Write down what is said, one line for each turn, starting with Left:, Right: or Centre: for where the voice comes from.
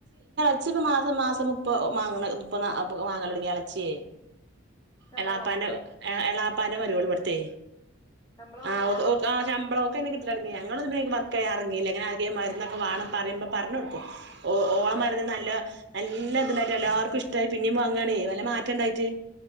Right: ച്ച്പ്പ മാസം മാസം മുപ്പ മാങ്ങണ ഇത് പ്പ നാ അപ്പക്കെ മാങ്ങലൊട്ങ്ങി എളച്ച്യേ.
Left: ശമ്പളോ
Right: എളാപ്പാന്റെ എഹ് എളാപ്പാന്റെ മര്യോള് ബട്ത്തേ
Left: ശമ്പളം വാങ്ങലാ
Right: ആഹ് ഓക്ക് ഓ ആഹ് ശമ്പളം ഒക്കെ കിട്ടലൊടങ്ങി ഞങ്ങള് അത് വേഗം വ ക്കെ ഇറങ്ങീല്ല ഞാൻ ആകെ മരന്നൊക്കെ വാണം പറയുമ്പം പറഞ്ഞ് കൊടുക്കും ഓ ഓളെ
Left: ആഹ്
Right: മരുന്ന് നല്ലതാ നല്ല ഇതിലായിട്ട് എല്ലാർക്കും ഇഷ്ടായി പിന്നിം വാങ്ങാണേ നല്ല മാറ്റം ഉണ്ടായിട്ട്.